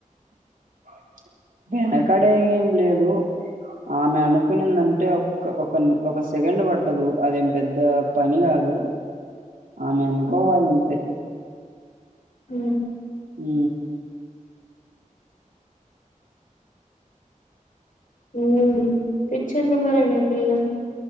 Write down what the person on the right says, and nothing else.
ఏమైంది వెనకడే ఏం లేదు ఆమె అనుకునిందంటే ఒక ఒక ఒక సెకండ్ పటదు అదేం పెద్ద పని కాదు నువ్వే అనుకోవాలి అంతే
ఉ